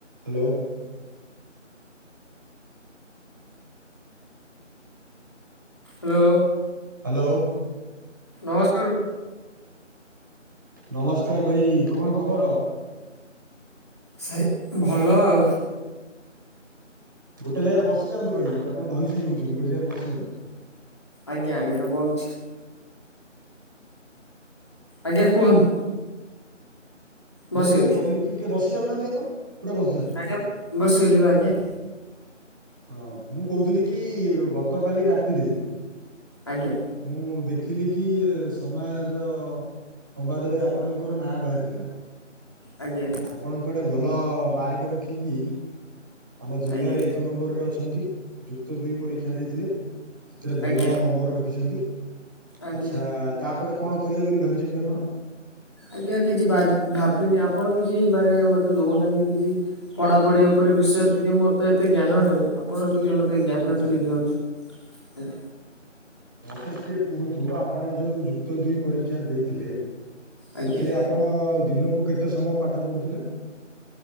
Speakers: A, on the right; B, on the left.
A: Hello!
B: Hello!
A: Hello!
B: ନମସ୍କାର।
A: ନମସ୍କାର! ଭାଇ କଣ ଖବର?
B: ସେ ଭଲ ଆଉ।
A: ଗୋଟେ ଜାଗାରେ ବସିଯାଆନ୍ତୁ। ଭାଇ ଆପଣ ଧଇଁ ସଇଁ ହଉଛନ୍ତି। ଗୋଟେ ଜାଗାରେ ବସିଯାଆନ୍ତୁ।
B: ଆଜ୍ଞା ଆଜ୍ଞା, ବଉଛି। ଆଜ୍ଞା କୁହନ୍ତୁ। ବସିଗଲି
A: ମୁଁ କହିଲି କି ଟିକେ ବସି ଯାଉନାହାଁନ୍ତି ଆପଣ? ପୁରା ବସିଯାଆନ୍ତୁ।
B: ଆଜ୍ଞା ବସିଗଲି ପା ଆଜ୍ଞା।
A: ହଁ ମୁଁ କହୁଥିଲି କି ଗତ କାଲି ରାତିରେ
B: ଆଜ୍ଞା
A: ମୁଁ ଦେ ଦେଖିଲି କି ସମାଜ ସମ୍ବାଦରେ ଆପଣଙ୍କର ନାଁ ବାହାରିଥିଲା।
B: ଆଜ୍ଞା
A: ଆପଣ କୁଆଡ଼େ ଭଲ ମାର୍କ ରଖିକି, ଆମ ଜିଲ୍ଲାରେ
B: ଆଜ୍ଞା
A: ଏକ ନମ୍ବରରେ ଅଛ ଛନ୍ତି। ଯୁକ୍ତ ଦୁଇ ପରୀକ୍ଷା ଦେଇଥିଲେ। ସେଥିରେ ଭଲ
B: ଆଜ୍ଞା
A: ନମ୍ବର ରଖିଛନ୍ତି।
B: ଆଜ୍ଞା
A: ଆଚ୍ଛା ତାପରେ କଣ କରିବେ ବୋଲି ଭାବିଛନ୍ତି ଆପଣ?
B: ଆଜ୍ଞା, କିଛି ଭାବିନି। ଆପଣ କିଛି ମାନେ ମତେ ଦଉନାହାନ୍ତି, କିଛି ପଢାପଢି ଉପରେ ବିଷୟରେ ଟିକେ ମୋର ତ ଏତେ ଜ୍ଞାନ ନାହିଁ। ଆପଣ ଟିକେ ମୋତେ! ଜ୍ଞାନ
A: ଆଚ୍ଛା।
B: ଟିକେ ଦିଅନ୍ତୁ ଆଜ୍ଞା।
A: ମୋତ ଟିକେ କୁହନ୍ତୁ। ଆପଣ ଯେଉଁ ଯୁକ୍ତ ଦୁଇ ପରୀକ୍ଷା ଦେଇଥିଲେ
B: ଆଜ୍ଞା
A: ସେଥିରେ ଆପଣ ଦିନକୁ କେତେ ସମୟ ପାଠ ପଢୁଥିଲେ?